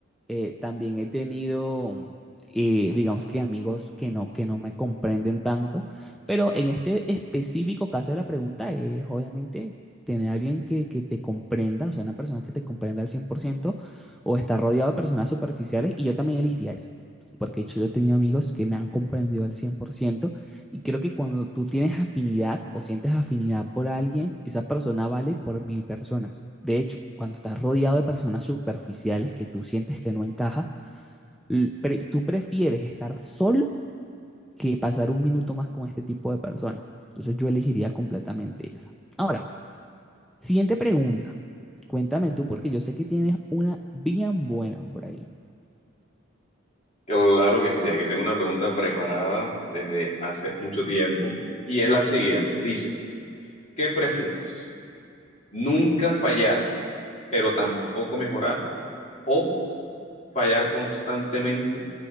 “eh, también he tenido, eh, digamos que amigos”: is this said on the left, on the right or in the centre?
Centre